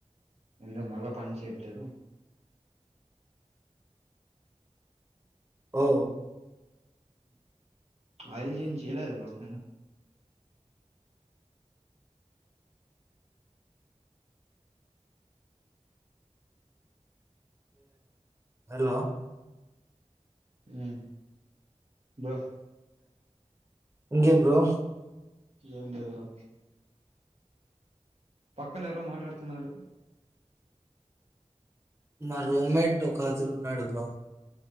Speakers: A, on the right; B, on the right.
A: ఎందు మళ్ళా పని చేయట్లేదు
B: ఓ
A: ఆయిలింగ్ చేయలేదా బ్రో రోట
B: హలో
A: ఉమ్ బ్రో
B: ఇంకేం బ్రో
A: ఏం లేదు బ్రో పక్కన ఎవరో మాట్లాడుతున్నారు
B: మా రూమ్ మెట్ ఒకతను ఉన్నారు బ్రో